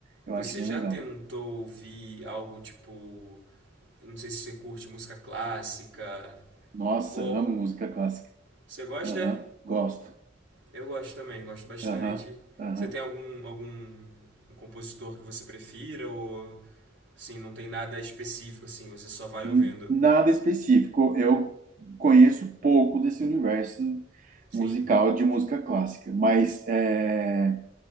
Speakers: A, on the right; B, on the right.
A: Eu
B: Você
A: acho bem
B: já
A: legal.
B: tentou ouvir algo tipo. Não sei se você curte música clássica.
A: Nossa,
B: Ou.
A: amo música clássica.
B: Você gosta?
A: Aham, gosto.
B: Eu gosto também, gosto bastante.
A: Aham, aham.
B: Você tem algum, algum um compositor que você prefira? Ou. Assim, não tem nada específico, assim, você só vai
A: N-
B: ouvindo?
A: Nada específico. Eu conheço pouco desse universo
B: Sim.
A: musical de música clássica, mas é,